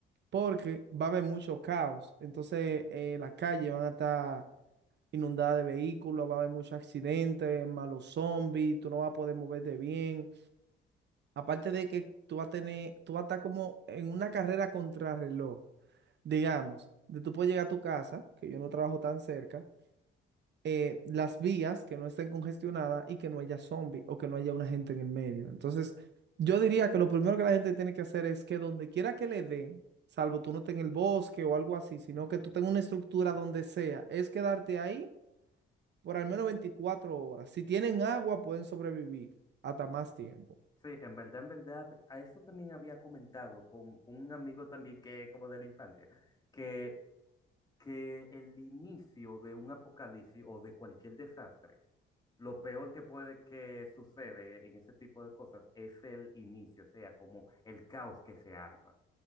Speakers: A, on the right; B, on the left.
A: porque va a haber mucho caos. Entonces, eh, las calles van a estar inundadas de vehículos, va a haber muchos accidentes, malos zombies, tú no vas a poder moverte bien. Aparte de que tú vas a tener, tú vas a estar como en una carrera contrarreloj, digamos, de tú puedes llegar a tu casa, que yo no trabajo tan cerca, eh, las vías que no estén congestionadas y que no haya zombie o que no haya una gente en el medio. Entonces, yo diría que lo primero que la gente tiene que hacer es que donde quiera que le dé, salvo tú no estés en el bosque o algo así, sino que tú tengas una estructura donde sea, es quedarte ahí por al menos 24 horas. Si tienen agua, pueden sobrevivir hasta más tiempo.
B: Sí, en verdad, en verdad, a eso también había comentado con un amigo también que como de la infancia, que, que el inicio de un apocalipsis o de cualquier desastre, lo peor que puede que sucede en ese tipo de cosas es el inicio, o sea, como el caos que se arma.